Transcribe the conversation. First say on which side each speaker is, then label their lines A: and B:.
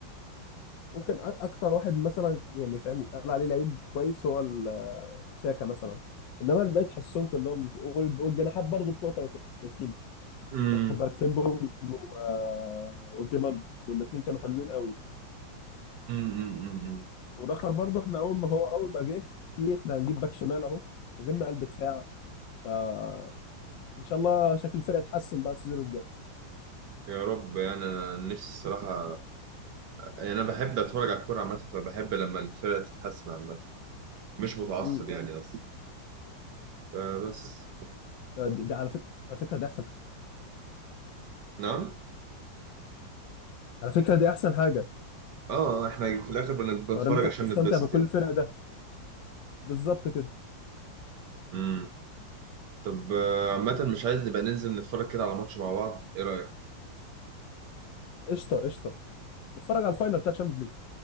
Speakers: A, on the left; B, on the right.
A: ممكن أ- اكتر واحد مثلا يعني فاهم قال عليه لعيب كويس هو ال- آه، تشاكا مثلا انما الباقي تحسهم كلهم مش- وال- والجناحات برضه بتوعه كانوا كويسين
B: امم
A: لا تاخد بالك فريمبونج و- آه، وجريمالدو الاثنين كانوا حلوين قوي
B: امم امم أمم.
A: ورخر برضه احنا اول ما هو اول ما جه في احنا هنجيب باك شمال اهو وجبنا قلب دفاع فان شاء الله شكل الفرقه يتحسن بقى السيزون الجاي
B: يا رب يعني انا نفسي الصراحه يعني انا بحب اتفرج على الكوره عامه فبحب لما الفرقه تتحسن عامه مش متعصب
A: امم
B: يعني قصدي فبس
A: دي, دي على فكره على فكره دي احسن
B: نعم
A: على فكره دي احسن حاجه
B: اه آه، احنا في الاخر بنتفرج
A: حوار ان انت
B: عشان
A: تستمتع
B: نتبسط
A: بكل
B: يعني
A: الفرق ده بالظبط كده
B: امم طب آه، عامه مش عايز نبقى ننزل نتفرج كده على ماتش مع بعض ايه رايك
A: قشطه قشطه نتفرج على الفاينل بتاع تشامبيونز ليج